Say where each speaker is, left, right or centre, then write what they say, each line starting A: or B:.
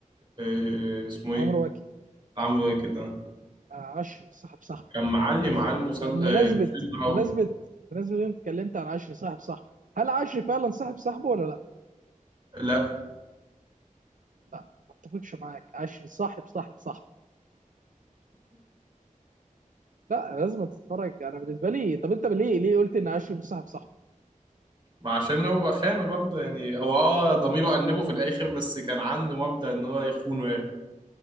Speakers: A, on the right; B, on the right.
A: آه، اسمه إيه
B: عمرو واكد
A: عمرو كده
B: آه، عشري صاحب صاحبه
A: كان معلي معاه المسل...
B: طب مناسبة
A: آه، الفيلم أوي
B: مناسبة مناسبة إن انت اتكلمت عن عشري صاحب صاحبه هل عشري فعلا صاحب صاحبه ولا لا؟
A: لا
B: لا ما اتفقش معاك عشري صاحب صاحب صاحبه لا لازم تتفرج انا بالنسبه لي طب انت ليه ليه قلت ان عشري مش صاحب صاحبه؟
A: ما عشان هو خانه برضه يعني هو اه ضميره أنبه في الآخر بس كان عنده مبدأ إن هو يخونه يعني